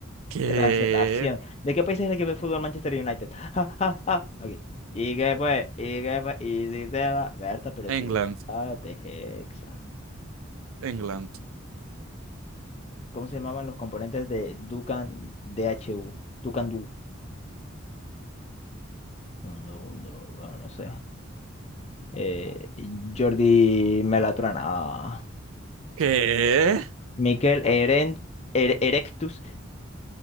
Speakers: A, on the right; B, on the left.
A: ¿Qué?
B: Tras la acción. ¿De qué país es el equipo de fútbol Manchester United? Ja, ja, ja. Ok. ¿Y qué fue? ¿Y qué fue? ¿Y si te va? Berta, pero equivocate,
A: England.
B: Hexa.
A: England.
B: ¿Cómo se llamaban los componentes de Dukan D H U Dukan Du. No, no, bueno, no sé. Eh, Jordi Melatrana. Ah.
A: ¿Qué?
B: Miquel Eren, Er- Erectus.